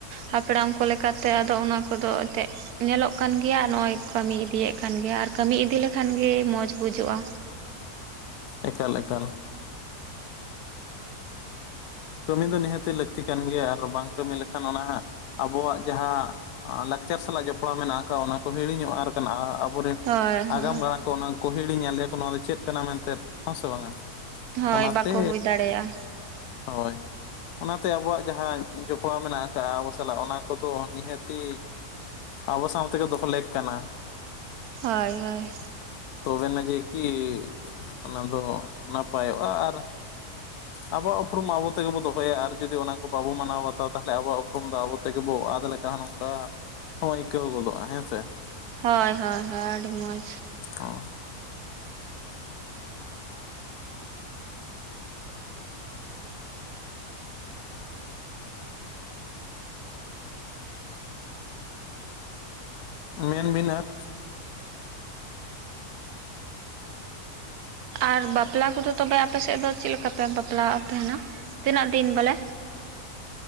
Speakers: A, on the right; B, on the left.
A: ᱦᱟᱯᱲᱟᱢ ᱠᱚ ᱞᱮᱠᱟᱛᱮ ᱟᱫᱚ ᱚᱱᱟ ᱠᱚᱫᱚ ᱮᱱᱛᱮᱫ ᱧᱮᱞᱚᱜ ᱠᱟᱱᱜᱮᱭᱟ ᱱᱚᱜᱼᱚᱭ ᱠᱟᱹᱢᱤ ᱤᱫᱤᱭᱮᱫ ᱠᱟᱱᱜᱮᱭᱟ ᱟᱨ ᱠᱟᱹᱢᱤ ᱤᱫᱤ ᱞᱮᱠᱷᱟᱱᱜᱮ ᱢᱚᱸᱡᱽ ᱵᱩᱡᱟᱹᱜᱼᱟ᱾
B: ᱮᱠᱟᱞ ᱮᱠᱟᱞ ᱠᱟᱹᱢᱤ ᱫᱚ ᱱᱤᱦᱟᱹᱛᱤ ᱞᱟᱹᱠᱛᱤ ᱠᱟᱱ ᱜᱮᱭᱟ, ᱟᱨ ᱵᱟᱝ ᱠᱟᱹᱢᱤ ᱞᱮᱠᱷᱟᱱ ᱚᱱᱟ ᱦᱟᱸᱜ ᱟᱵᱚᱣᱟᱜ ᱡᱟᱦᱟᱸ ᱞᱟᱠᱪᱟᱨ ᱥᱟᱞᱟᱜ ᱡᱚᱯᱲᱟᱣ ᱢᱮᱱᱟᱜ ᱟᱠᱟᱫᱟ ᱚᱱᱟ ᱠᱚ ᱦᱤᱲᱤᱧᱚᱜᱼᱟ ᱠᱟᱱᱟ, ᱟᱸ ᱟᱵᱚᱨᱮᱱ
A: ᱦᱳᱭ ᱦᱳᱭ
B: ᱟᱜᱟᱢ ᱜᱟᱲᱟᱝ ᱠᱚ ᱚᱱᱟ ᱠᱚ ᱦᱤᱲᱤᱧᱟ ᱞᱮᱭᱟ ᱠᱚ ᱱᱚᱣᱟ ᱫᱚ ᱪᱮᱫ ᱠᱟᱱᱟ ᱢᱮᱱᱛᱮ ᱦᱮᱸ ᱥᱮ ᱵᱟᱝᱼᱟ
A: ᱦᱳᱭ
B: ᱚᱱᱟᱛᱮ
A: ᱵᱟᱠᱚ ᱵᱩᱡᱽ ᱫᱟᱲᱮᱭᱟᱜᱼᱟ
B: ᱦᱳᱭ ᱚᱱᱟᱛᱮ ᱟᱵᱚᱣᱟᱜ ᱡᱟᱦᱟᱸ ᱡᱚᱯᱲᱟᱣ ᱢᱮᱱᱟᱜ ᱟᱠᱟᱫ ᱟᱵᱚ ᱥᱟᱞᱟᱜ ᱚᱱᱟ ᱠᱚᱫᱚ ᱱᱤᱦᱟᱹᱛᱤ ᱟᱵᱚ ᱥᱟᱶᱛᱮᱜᱮ ᱫᱚᱦᱚ ᱞᱮᱠ ᱠᱟᱱᱟ
A: ᱦᱳᱭ ᱦᱳᱭ
B: ᱛᱚᱵᱮᱱᱟ ᱡᱮ ᱠᱤ ᱚᱱᱟ ᱫᱚ ᱱᱟᱯᱟᱭᱚᱜᱼᱟ ᱟᱨ ᱟᱵᱚ ᱩᱯᱨᱩᱢ ᱟᱵᱚ ᱛᱮᱜᱮ ᱵᱚ ᱫᱚᱦᱚᱭᱟ ᱟᱨ ᱡᱩᱫᱤ ᱚᱱᱟ ᱠᱚ ᱵᱟᱵᱚ ᱢᱟᱱᱟᱣ ᱵᱟᱛᱟᱣᱟ ᱛᱟᱦᱚᱞᱮ ᱟᱵᱚᱣᱟᱜ ᱩᱯᱨᱩᱢ ᱫᱚ ᱟᱵᱚ ᱛᱮᱜᱮ ᱵᱚ ᱟᱫ ᱞᱮᱠᱟ ᱱᱚᱝᱠᱟ ᱦᱚᱸ ᱟᱹᱭᱠᱟᱹᱣ ᱜᱚᱫᱚᱜᱼᱟ ᱦᱮᱸ ᱥᱮ
A: ᱦᱳᱭ ᱦᱳᱭ ᱦᱳᱭ ᱟᱹᱰᱤ ᱢᱚᱡᱽ
B: ᱦᱚᱸ ᱢᱮᱱᱵᱤᱱ ᱟᱨ
A: ᱟᱨ ᱵᱟᱯᱞᱟ ᱠᱚᱫᱚ ᱛᱚᱵᱮ ᱟᱯᱮᱥᱮᱫ ᱫᱚ ᱪᱮᱫ ᱞᱮᱠᱟᱯᱮ ᱵᱟᱯᱞᱟᱜ ᱛᱟᱦᱮᱱᱟ ᱛᱤᱱᱟᱹᱜ ᱫᱤᱱ ᱵᱚᱞᱮ